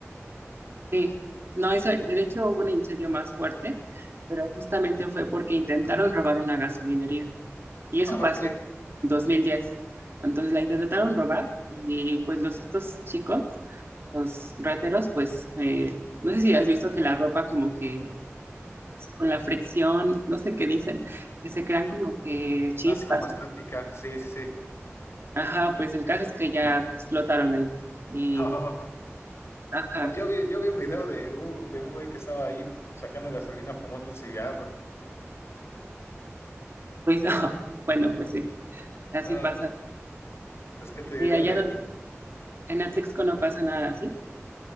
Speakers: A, on the right; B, on the left.
A: sí, no, eso, de hecho hubo un incendio más fuerte, pero justamente fue porque intentaron robar una gasolinería y eso
B: Ah,
A: pasó
B: ok.
A: en dos mil diez Entonces la intentaron robar y pues los estos chicos, los rateros, pues eh, no sé si has visto que la ropa como que con la fricción, no sé qué dicen, que se crean como que chispas
B: Así como estática, sí, sí. sí.
A: Ajá, pues el caso es que ya explotaron ahí. Y,
B: No, <laughs>
A: ajá,
B: yo vi, yo vi un video de un, de un güey que estaba ahí sacando gasolina fumando un cigarro.
A: pues <laughs> bueno, pues sí, así
B: Ah,
A: pasa.
B: pues, es que te diré
A: Sí, allá
B: de...
A: do- en Atlixco no pasa nada así.